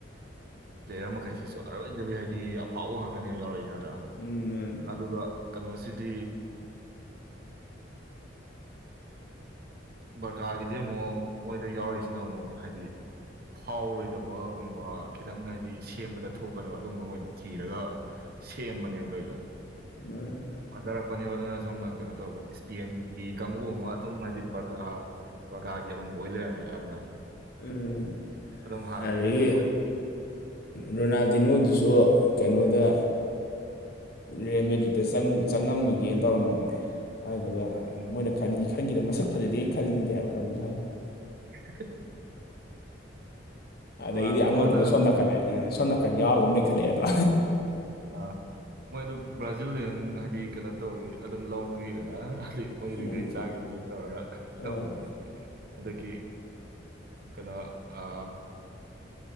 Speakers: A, on the right; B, on the left.
A: ꯄ꯭ꯂꯦꯌꯔ ꯃꯈꯩꯁꯤꯁꯨ ꯑꯔꯣꯏꯖꯕꯤ ꯍꯥꯏꯗꯤ ꯐꯥꯎꯕ ꯉꯥꯛꯇꯅꯦꯕ ꯌꯥꯎꯔꯛꯏꯁꯤ ꯅꯠꯇ꯭ꯔꯥ
B: ꯎꯝ ꯃꯥꯅꯤ
A: ꯑꯗꯨꯒ ꯀꯩꯅꯣꯁꯤꯗꯤ ꯕꯔꯀꯥꯔꯒꯤꯗꯤ ꯑꯃꯨꯛ ꯃꯣꯏꯗ ꯌꯥꯎꯔꯛꯏꯁꯤꯅ ꯑꯃꯨꯛ ꯍꯥꯏꯗꯤ ꯐꯥꯎꯔꯣꯏ ꯊꯗꯕꯒꯨꯝꯕ ꯈꯤꯇꯪ ꯍꯥꯏꯗꯤ ꯁꯦꯝꯕꯗ ꯊꯣꯛꯀꯗꯕ ꯑꯗꯨꯝꯕ ꯑꯣꯏꯅ ꯊꯤꯔꯒ ꯁꯦꯝꯕꯅꯦꯕ ꯑꯗꯨꯏꯗꯣ
B: ꯃꯅꯤ
A: ꯐꯥꯗꯔꯛꯄꯅꯦꯕ ꯑꯗꯨꯅ ꯁꯣꯝꯅ ꯀꯩꯅꯣ ꯇꯧꯕꯅꯦ ꯏꯁꯄꯦꯟꯒꯤ ꯀꯥꯡꯕꯨ ꯑꯃ ꯑꯗꯨꯨꯝꯃꯗꯤ ꯕꯔꯀꯥ ꯕꯔꯀꯥꯒꯤ ꯑꯗꯨꯝ ꯑꯣꯏ ꯂꯩꯔꯝꯃꯦꯅ
B: ꯎꯝ
A: ꯑꯗꯨꯝ ꯍꯥꯟꯅꯗꯒꯤ
B: ꯑꯗꯒꯤ
A: ꯑꯗꯨꯝ ꯑꯣꯏ
B: ꯔꯣꯅꯥꯜꯗꯤꯅꯣꯗꯨꯁꯨ ꯀꯩꯅꯣꯗ ꯔꯦꯃꯦꯗꯤꯗ ꯆꯪꯉꯝꯃꯒꯦꯅ ꯇꯧꯔꯝꯕꯅꯦ ꯑꯗꯨ
A: ꯎꯝ
B: ꯃꯣꯏꯅ ꯈꯈꯤ ꯈꯟꯈꯤꯗ ꯃꯁꯛ ꯐꯖꯗꯦꯅ ꯈꯟꯅꯤꯡꯟꯗꯦꯕ ꯀꯔꯤꯝꯇ ꯍꯥꯏꯕꯤ
A: <unintelligible>
B: ꯑꯗꯩꯗꯤ
A: ꯔꯣꯅꯥꯜꯗꯤꯅꯣꯅ
B: ꯑꯃꯗꯨꯅ ꯁꯣꯝ ꯀꯜꯂꯦ ꯁꯣꯝ ꯅꯥꯀꯟ ꯌꯥꯎꯒꯨꯝ ꯂꯩꯈꯠꯂꯛꯑꯦ ꯑꯗ
A: ꯑꯥ ꯃꯣꯏ ꯑꯗꯨ ꯕ꯭ꯔꯥꯖꯤꯂꯤꯌꯟ ꯍꯥꯏꯗꯤ ꯀꯩꯅꯣ ꯇꯧꯋ ꯑꯗꯨꯝ ꯂꯧꯈꯤꯗꯅ ꯍꯥꯏꯗꯤ ꯃꯣꯏꯗ
B: ꯎꯝ
A: ꯔꯤꯒ꯭ꯔꯦꯠ ꯆꯥꯈꯤꯕꯅꯦꯅ ꯇꯧꯔꯒ
B: ꯍꯣꯏ
A: ꯇꯧꯕꯅꯦ ꯑꯗꯒꯤ ꯀꯩꯅꯣ ꯑ